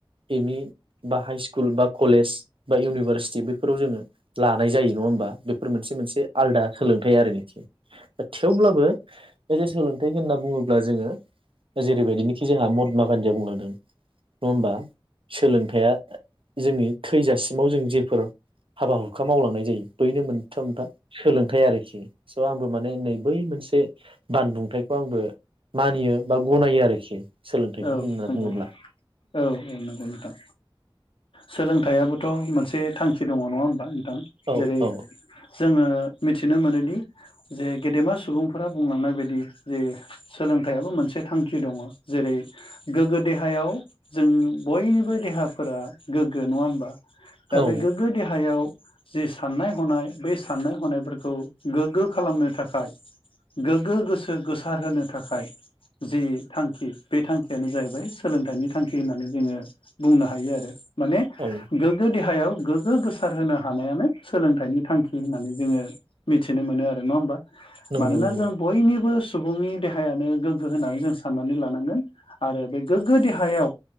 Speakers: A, on the right (about 75°); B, on the left (about 75°).
A: एम इ बा हाइ स्कुल बा कलेज बा इउनिभारसिटि बेफोराव जोङो लानाय जायो नङा होमबा बे फोर मोनसे मोनसे आलदा सोलोंथाइ आरोनोखि दा थेवब्लाबो बे जे सोलोंथाइ होनना बुङोब्ला जोङो जेरैबायदिनोखि जोंहा महात्मा गान्धीया बुंलांदों नङा होमबा सोलोंथाया जोंनि थैजासिमाव जों जेफोर हाबा हुखा मावलांनाय जायो बैनो मोनफा मोनफा सोलोंथाइ आरो खि स' आंबो माने नै बै मोनसे बानबुंथाइखौ आंबो मानियो बा गनायो आरोखि सोलोंथाइखौ
B: औ
A: होनना
B: नंगौ
A: बुङोब्ला
B: औ औ नंगौ नोंथां सोलोंथाइयाबो थ' मोनसे थांखि दङ नङा होमबा नों थां
A: औ
B: जेरै
A: औ
B: जोङो मिथिनो मोनोदि जे गेदेमा सुबुंफोरा बुंलांनाय बायदि जे सोलोंथाइयाबो मोनसे थांखि दङ जेरै गोगो देहायाव जों बयनिबो देहाफोरा गोग्गो नङा होमबा दा
A: औ
B: बे गोग्गो देहायाव जि साननाय हनाय बे साननाय हनायफोरखौ गोग्गो खालामनो थाखाय गोग्गो गोसो गोसारहो थाखाय जि थांखि बे थांखियानो जाहैबाय सोलोंथाइनि थांखि होननानै जोङो बुंनो हायो आरो माने
A: औ
B: गोग्गो देहायाव गोग्गो गोसार होनो हानायानो सोलोंथाइनि थांखि होननानै जोङो मिथिनो मोनो आरो नङा होमबा
A: नंगौ
B: मानोना
A: नंगौ
B: जों बयनिबो सुबुंनि देहायानो गोग्गो होनानै जों साननानै ला नांगोन आरो बे गोग्गो देहायाव